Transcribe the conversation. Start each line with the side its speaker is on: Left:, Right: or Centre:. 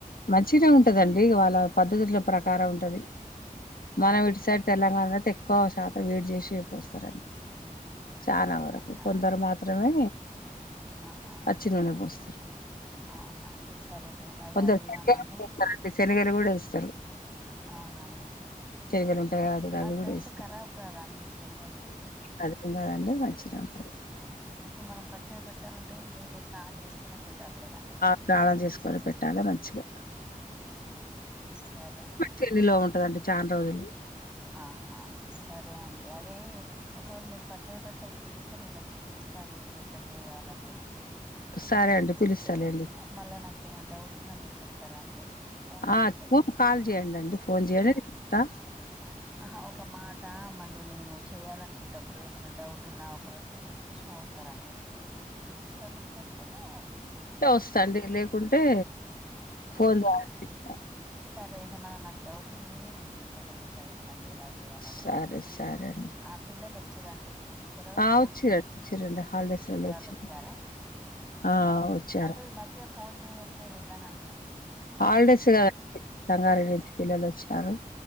Left: మంచిగానే ఉంటది అండి వాళ్ళ పద్ధతుల ప్రకారం ఉంటది
Centre: ఆహా.
Left: మనం ఇటు సైడ్ తెలంగాణ అయితే ఎక్కువ శాతం వేడి చేసే పోస్తారు అండి
Centre: అంతేనా
Left: చానా
Centre: అండి
Left: వరకు
Centre: ఆహా
Left: కొందరు మాత్రమే
Centre: ఆహా
Left: పచ్చి నూనె పోస్తరు
Centre: అవునా అండి సరేలేండి అదే
Left: కొందరు
Centre: అడుగుదామని
Left: <unintelligible> శనగలు గుడేస్తారు
Centre: అవునండి
Left: చెరిగలు ఉంటాయి అదుడ అది
Centre: అట్లా
Left: గుడేస్తరు
Centre: వేస్తే ఖరాబ్ కాదా అండి శనగలు వేస్తే
Left: అదేం కదండీ మంచిగానే ఉంటాయి
Centre: ఇప్పుడు మనం పచ్చడి పెట్టాలంటే గుడా నీటిగా స్నానం చేసుకునే పెట్టాలి కదా అండి
Left: స్నానాలు చేసుకొనె పెట్టాలే మంచిగా
Centre: ఉంహు సరే
Left: చేనిలో ఉంటది అండి చాన్ రోజులు
Centre: ఆహా సరే అండి అదే ఒకవేళ మీరు పచ్చడి పెడితే పిలిస్తే నేను వొచ్చి చూస్తా అండి ఎట్ల చేయాల అనేది
Left: సరే అండి పిలుస్తాలేండి
Centre: లే మళ్ళ నాకు ఏమైనా డౌట్ ఉన్నా మీరు చెప్తారా అండి ఫోన్ చేస్తే
Left: ఆ ఫోన్ కాల్ చేయండి అండి ఫోన్ చేయండి
Centre: ఆ
Left: నేను చెప్తా
Centre: ఆ ఆహ ఒక మాట మళ్ళీ నేను చెయాలి అనుకుంటప్పుడు ఏమన్న డౌట్ ఉన్నా ఒకవేళ మిమ్మల్ని కృష్ణ వస్తార అండి ఇంటికి చూస్తేందుకు లేకపోతే
Left: వస్తె వస్తంది లేకుంటే ఫోన్
Centre: అవును
Left: ద్వారా చెప్తా
Centre: సరే హిమా నాకు డౌట్ ఉంది నేనే కాల్ చేసి మిమ్మల్ని అడుగుతా అండి ఎలా చేయాల అనేది
Left: సరే సరే అండి
Centre: ఆ పిల్లలు వచ్చిరా అండి సెలవులల్ల
Left: ఆ వచ్చిరండి వచ్చిరండి హాలిడేస్లలో
Centre: చుట్టాలు
Left: వచ్చి
Centre: వచ్చారా
Left: ఆ వచ్చారు
Centre: అదే ఈ మధ్య ఫోన్ చేయట్లేదు ఏందని అనుకున్న
Left: హాలిడేస్ కదండి సంగారెడి నుంచి పిల్లలు వచ్చారు